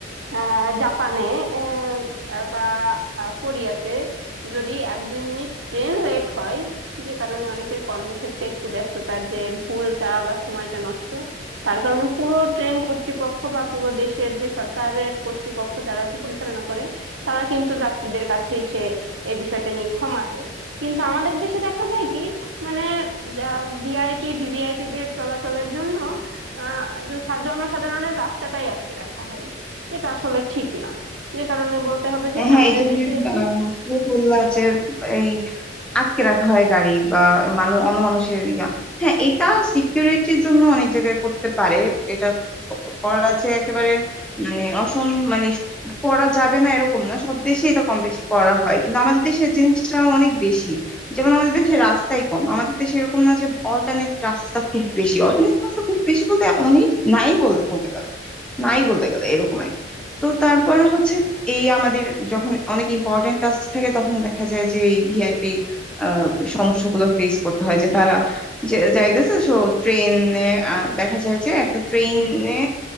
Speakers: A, on the right; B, in the centre.
A: আহ, জাপানে আহ, বা আহ, কোরিয়াতে যদি এক দুই মিনিট ট্রেন লেট হয় যে কারণে অনেকের কর্মক্ষেত্রে একটু ব্যস্ততার যে ভুলটা বা সময়টা নষ্ট তার কারণে পুরো ট্রেন কর্তৃপক্ষ বা পুরো দেশের যে সরকারের কর্তৃপক্ষ যারা আর কি পরিচালনা করে তারা কিন্তু যাত্রীদের কাছে এসে এই বিষয়টা নিয়ে ক্ষমা চায় কিন্তু আমাদের দেশে দেখা যায় কি মানে ভিআইপি ভিভিআইপি দের চলাচলের জন্য আহ জন- সা- জনসাধারণের রাস্তাটাই আটকে রাখা হয় যেটা আসলে ঠিক না যে কারণে বলতে হবে যে হ্যাঁ
B: হ্যাঁ
A: আমাদের
B: এই যে তুমি
A: দেশে
B: আহ, মাত্র বললা যে এই আটকে রাখা হয় গাড়ি বা মানুষ অন্য মানুষের ইয়া হ্যাঁ এটা সিকিউরিটির জন্য অনেক জায়গায় করতে পারে এটা ক- করা যে একেবারে মানে অসম মানে করা যাবে না এরকম না সব দেশে এটা কম বেশি করা হয় কিন্তু আমাদের দেশে জিনিসটা অনেক বেশি যেমন আমাদের দেশে রাস্তাই কম আমাদের দেশে এরকম না যে অল্টারনেট রাস্তা খুব বেশি অল্টারনেট রাস্তা খুব বেশি বলতে অনেক নাই বল- বলতে গেলে নাই বলতে গেলে এরকম আর কি তো তারপর হচ্ছে এই আমাদের যখন অনেক ইম্পর্টেন্ট কাজ থাকে তখন দেখা যায় যে এই ভিআইপি আহ সমস্যাগুলো ফেস করতে হয় যে তারা যে যাইতেছে সো ট্রেনে দেখা যায় যে একটা ট্রেনে